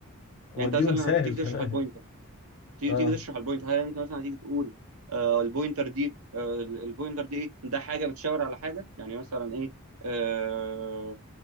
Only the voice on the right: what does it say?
يعني انت مثلا
هتديك
تشرح
البوينتر تيجي
تيجي تشرح البوينت هل انت مثلا هتيجي تقول آه البوينتر دي آه البوينتر دي ايه ده حاجه بتشاور على حاجه يعني مثلا ايه آه